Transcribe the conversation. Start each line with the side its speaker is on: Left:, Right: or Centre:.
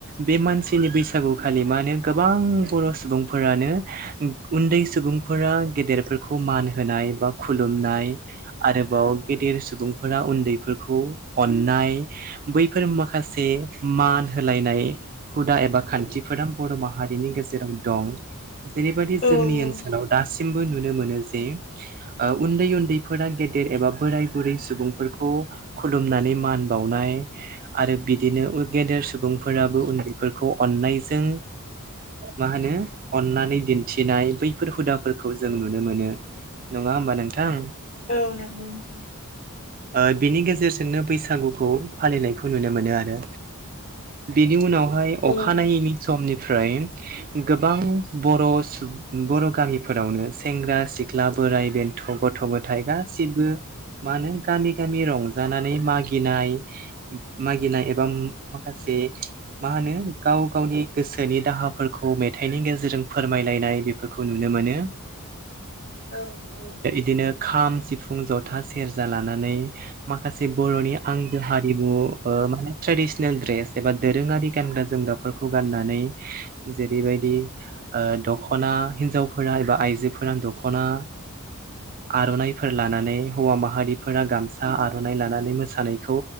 Right: बे मानसिनि बैसागुखालि मा होनो गोबां बर' सुबुंफोरानो उन्दै सुबुंफोरा गेदेरफोरखौ मान होनाय बा खुलुमनाय आरोबाव गेदेर सुबुंफोरा उन्दैफोरखौ अननाय बैफोर माखासे मान होलायनाय हुदा एबा खान्थिफोरा बर' माहारि रिनि गेजेराव दं जेरैबायदि
Left: औ
Right: जोंनि ओनसोलाव दासिमबो नुनो मोनो जे ओ उन्दै उन्दैफोरा गेदेर एबा बोराय बुरै सुबुंफोरखौ खुलुमनानै मान बावनाय आरो बिदिनो गेदेर सुबुंफोराबो उन्दैफोरखौ अननायजों मा होनो अन्नानै दिन्थिनाय बैफोर हुदाफोरखौ जों नुनो मोनो नङा होमबा नोंथां
Left: औ नोंगौ नोंगौ
Right: ओ बिनि गेजेरजोंनो बैसागु खौ फालिनायखौ नुनो मोनो आरो बिनि उनावहाय अखानायैनि
Left: औ नंगौ
Right: समनि फ्राय गोबां बर' सु बर' गामिफोरावनो सेंग्रा सिख्ला बोराइ बेन्थ' गथ' गथाय गासिबो मानो गामि गामि रंजानानै मागिनाय मागिनाय एबा माखासे मा होनो गाव गावनि गोसोनि दा हाफोरखौ मेथाइनि गेजेरजों फोरमायलायनाय बेफोरखौ नुनो मोनो।
Left: औ नंगौ
Right: बिदिनो खाम सिफुं जथा सेरजा लानानै माखासे बर'नि आं हारिमु माने ट्रेडिसनेल ड्रेस एबा दोरोङारि गानग्रा जोमग्राफोरखौ गाननानै जेरैबायदि दख'ना हिनजावफोरा एबा आइजोफोरा दख'ना आर'नाफोर लानानै हौवा माहारिफोरा गामसा आर'ना लानानै मोसानाय- खौ